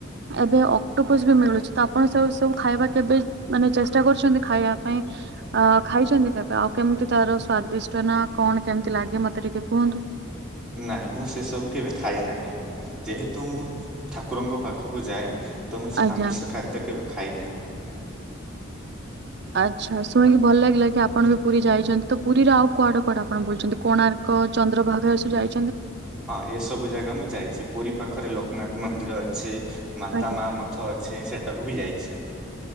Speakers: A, on the right; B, in the centre.
A: ଏବେ ଅକ୍ଟୋପୋସ୍ ବି ମିଳୁଚି ତ ଆପଣ ସବୁ ଏସବୁ ଖାଇବା କେବେ ମାନେ ଚେଷ୍ଟା କରିଚନ୍ତି ଖାଇବା ପାଇଁ। ଅ ଖାଇଚନ୍ତି କେବେ ଆଉ କେମତି ତାର ସ୍ଵାଦିଷ୍ଟ ନା କଣ କେମିତି ଲାଗେ ମତେ ଟିକେ କୁହନ୍ତୁ।
B: ନାଇଁ ମୁଁ ସେ ସବୁ କେବେ ଖାଇ ନାହିଁ। ଯେହେତୁ ମୁଁ ଠାକୁରଙ୍କ ପାଖକୁ ଯାଏ ତ ମୁଁ ସେ
A: ଆଜ୍ଞା
B: ଆମିଷ ଖାଦ୍ୟ କେବେ ଖାଇ ନାହିଁ।
A: ଆଚ୍ଛା ଶୁଣିକି ଭଲ ଲାଗିଲା କି ଆପଣ ବି ପୁରୀ ଯାଇଚନ୍ତି ତ ପୁରିର ଆଉ କୁଆଡେ କୁଆଡେ ଆପଣ ବୁଲିଚନ୍ତି କୋଣାର୍କ, ଚନ୍ଦ୍ରଭାଗା ଏସବୁ ଯାଇ
B: ହଁ ଏସବୁ ଜାଗା ମୁଁ ଯାଇଚି। ପୁରି ପାଖରେ ଲୋକନାଥ ମନ୍ଦିର ଅଛି। ମାତା
A: ଆଜ୍ଞା
B: ମା ମ ଠ ଅଛି ସେଟାକୁ ବି ଯାଇଚି।